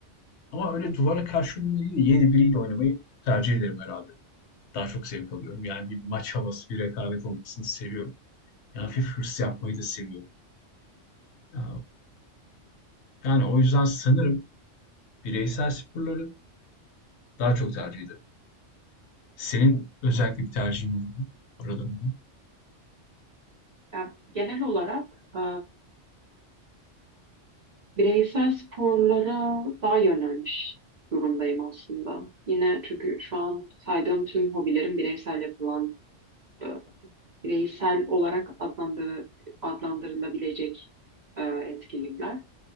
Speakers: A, on the left; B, on the right.
A: Ama öyle duvara karşı oynamayı değil de yeni biriyle oynamayı tercih ederim herhalde. Daha çok zevk alıyorum. Yani bir maç havası, bir rekabet olmasını seviyorum. Yani hafif hırs yapmayı da seviyorum. Ee, Yani o yüzden sanırım bireysel sporları daha çok tercih ederim. Senin özellikle bir tercihin olur mu aralarında?
B: Ya, genel olarak e, bireysel sporlara daha yönelmiş durumdayım aslında. Yine çünkü şu an saydığım tüm hobilerim bireysel yapılan, e, bireysel olarak adlandır, adlandırılabilecek e, etkinlikler.